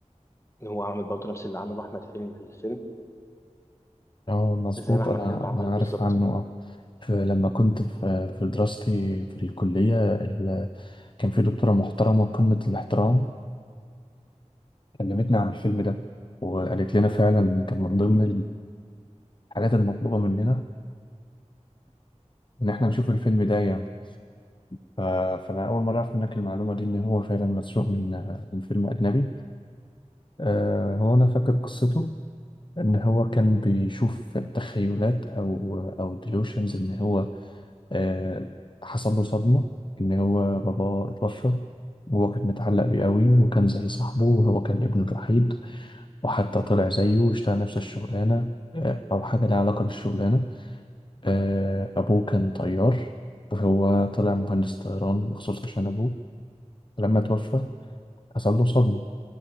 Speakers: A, on the left (about 25°); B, on the left (about 40°).
A: هو عامل برضو نفس اللي عمله أحمد حلمي في الفيلم
B: اه مظبوط
A: زي ما أحمد
B: أنا
A: حلمي عمل
B: أنا عارف
A: بالظبط
B: عنه اه ف- لما كنت في في دراستي في الكلية ال- كان في دكتورة محترمة قمة الاحترام كلمتنا عن الفيلم ده وقالت لنا فعلا كان من ضمن الحاجات المطلوبة مننا إن إحنا نشوف الفيلم ده يعني ف- فأنا أول مرة أعرف منك المعلومة دي إن هو فعلا مسروق من من فيلم أجنبي آه، هو أنا فاكر قصته إن هو كان بيشوف تخيلات أو أو ديلوشنز إن هو آه، حصل له صدمة إن هو باباه اتوفى وهو كان متعلق بيه قوي وكان زي صاحبه وهو كان ابنه الوحيد وحتى طلع زيه واشتغل نفس الشغلانة آه، أو حاجة لها علاقة بالشغلانة آه، أبوه كان طيار وهو طلع مهندس طيران مخصوص عشان أبوه لما توفى حصل له صدمة